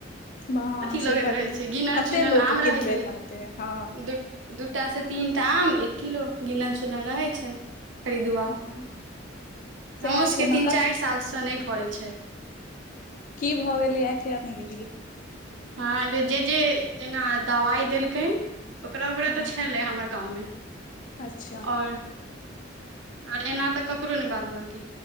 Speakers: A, on the left; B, on the right.
A: हँ
B: अथी
A: से
B: लगैत
A: बड
B: रहै छै गिनल
A: कते
B: चुनल
A: लोक
B: आम
A: किनबे
B: रहैत छै
A: करतै हँ
B: दू। दूटा से तीन टा आम एक किलो गिनल चुनल रहै छै खरीदु।
A: हँ सएह
B: हमर सबके
A: छै ने
B: तीन
A: क
B: चारि सालसँ नय फड़ै छै।
A: की भऽ गेलै आ किया ने गेलियै।
B: हँ एहि बेर जे जे जेना दवाइ देलकै। ओकरा ओकरा
A: हँ
B: तऽ छलै हमर गाँवमे।
A: अच्छा।
B: आ। आर एना तऽ ककरो नय बाद बाँकी